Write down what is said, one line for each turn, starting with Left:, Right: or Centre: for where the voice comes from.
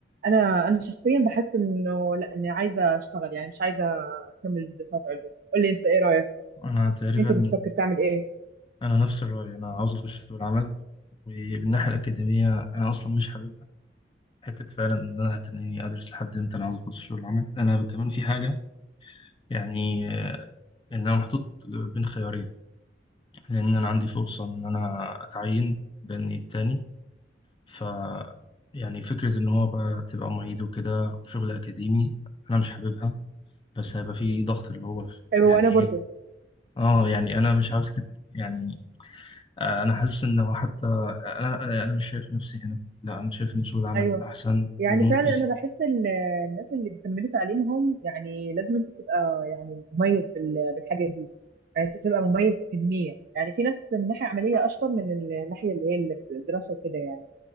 Right: انا انا شخصيا بحس انه لا اني عايزه اشتغل يعني مش عايزه اكمل دراسات علوم قول لي انت ايه رايك
Left: انا تقريبا
Right: انت بتفكر تعمل ايه
Left: انا نفس الرأي انا عاوز اخش في سوق العمل وبالناحية الأكاديمية أنا أصلا مش حاببها حتة فعلا إن أنا هتنيني أدرس لحد إمتى أنا عاوز أخش في سوق العمل أنا كمان في حاجة يعني آه، إن أنا محطوط بين خيارين لأن أنا عندي فرصة إن أنا أتعين بني التاني ف يعني فكرة إن هو بقى تبقى معيد وكده وشغل أكاديمي أنا مش حاببها بس هيبقى في ضغط اللي هو
Right: ايوه
Left: يعني
Right: وانا برضو
Left: إيه آه يعني أنا مش عاوز كده يعني آه، أنا حاسس إن هو حتى أنا أنا مش شايف نفسي هنا لا أنا شايف إن سوق العمل
Right: ايوه
Left: أحسن
Right: يعني
Left: ومجزي
Right: فعلا انا بحس ال- الناس اللي بيكملوا تعليمهم يعني لازم انت تبقى يعني مميز بال- بالحاجه دي يعني انت تبقى مميز اكاديميا يعني في ناس من ناحيه عمليه اشطر من الناحيه اللي هي الدراسه وكده يعني